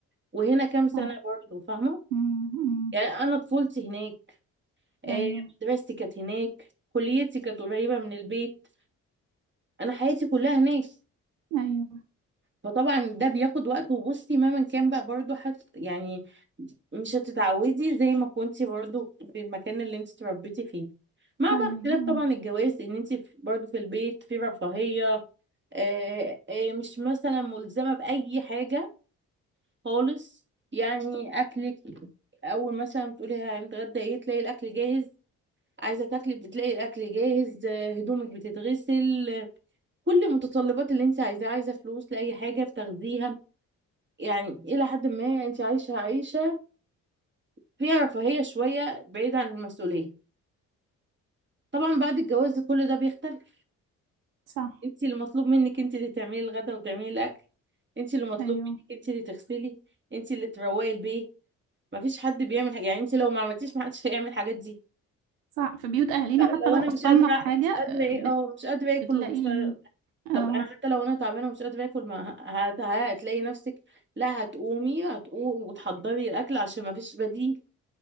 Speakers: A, on the right; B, on the right.
A: وهنا كام سنة
B: صح
A: برضه فاهمة
B: امم أمم.
A: يعني انا طفولتي هناك آه،
B: ايوه
A: مدرستي كانت هناك كليتي كانت قريبة من البيت انا حياتي كلها هناك
B: ايوه
A: فطبعا ده بياخد وقت وبصي مهما كان بقى برضه حت يعني مش هتتعودي زي ما كنتي برضو في المكان اللي انت اتربيتي فيه مع
B: ايوه
A: بقى اختلاف
B: ايوه
A: طبعا الجواز ان انت في- برضو في البيت في رفاهية آه، آه، مش مثلا ملزمة بأي حاجة خالص يعني أكلك أول مثلا بتقولي هنتغدى ايه تلاقي الأكل جاهز عايزة تاكلي بتلاقي الأكل جاهز آه، هدومك بتتغسل آه، كل المتطلبات اللي انت عايزاها عايزة فلوس لأي حاجة بتاخديها يعني إلى حد ما انت عايشة عيشة فيها رفاهية شوية بعيد عن المسؤولية طبعا بعد الجواز كل ده بيختلف
B: صح
A: انت اللي مطلوب منك انت اللي تعملي الغدا وتعملي الاكل انت اللي مطلوب
B: ايوه
A: منك انت اللي تغسلي انت اللي تروقي البيت مفيش حد بيعمل حاجة يعني انت لو ما عملتيش محدش هيعمل الحاجات دي
B: صح في بيوت اهالينا
A: لو
B: حتى لو
A: انا
B: قصرنا
A: مش قادره
B: في حاجه
A: مش قادره
B: آه،
A: ايه
B: بت...
A: اه مش قادره اكل
B: بتلاقي
A: ومش قادرة.
B: اه
A: طب انا حتى لو انا تعبانه ومش قادره اكل ما هت... هتلاقي نفسك لا هتقومي هتقوم وتحضري الاكل عشان ما فيش بديل